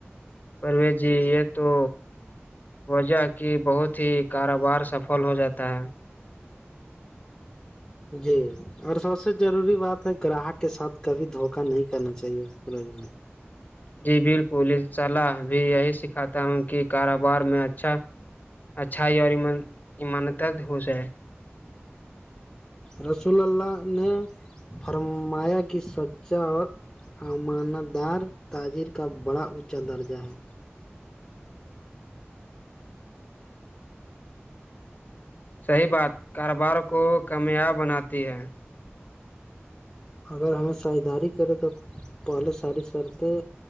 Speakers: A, on the left; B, on the left.
A: پرویز جی یہ تو وجہ کی بہت ہی کاروبار سفل ہو جاتا ہے
B: جی اور سب سے ضروری بات ہے گراہک کے ساتھ کبھی دھوکا نہیں کرنا چاہیے <unintelligible>
A: جی بالکل انشاء اللہ بھی یہی سکھاتا ہوں کہ کاروبار میں اچھا اچھا ہی اور ایمان اماندر ہو چاہے ہے
B: رسول اللہ نے فرمایا کی سچا اور امانتدار تاجر کا بڑا اونچا درجہ ہے
A: صحیح بات کاروبار کو کامیاب بناتی ہے
B: اگر ہمیں ساجھداری کرے تو پہلے ساری سرطیں